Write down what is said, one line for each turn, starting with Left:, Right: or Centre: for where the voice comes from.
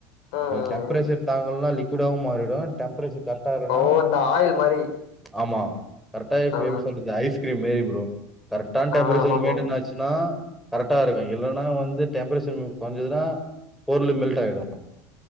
Left: ம்
Centre: டெம்பரேச்சர்
Left: ம்
Centre: தாங்கலனா லிக் விடாவு மாறிடு டெம்ப்ரேச்சர் கர டாருணா
Left: ஓ இந்த ஆயில் மாரி
Centre: ஆமா கரெக்டா இப்ப
Left: ஆ
Centre: எப்டி சொல்றத் ஐஸ்கிரீம்மேரி ப்ரோ கரெக்டான டெம்ரேச்சர்
Left: ஆ ஆமாமாமா
Centre: மெய்ன்டன் ஆச்சுனா கரெக்ட்டாருக்கு இல்லன்னா வந் டெம்பரேச்சர் கொறைஞ்சதுன்னா பொருளே மெல்ட் ஆயிடு